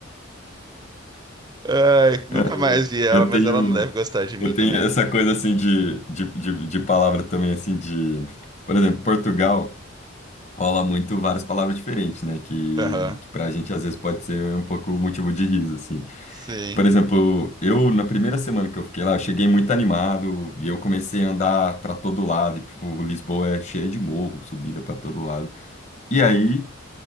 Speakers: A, on the right; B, on the left.
A: Ai, nunca
B: É,
A: mais vi ela,
B: Eu
A: mas
B: tenho,
A: ela não deve gostar de mim
B: eu tenho
A: também.
B: essa coisa assim de, de, de, de palavra também assim de, por exemplo, Portugal rola muito várias palavras diferentes, né? Que,
A: Aham,
B: que pra gente às vezes pode ser um pouco motivo de riso, assim.
A: sim.
B: Por exemplo, eu na primeira semana que eu fiquei lá, eu cheguei muito animado e eu comecei a andar pra todo lado, e tipo, Lisboa é cheia de morro, subida pra todo lado. E
A: Uhum,
B: aí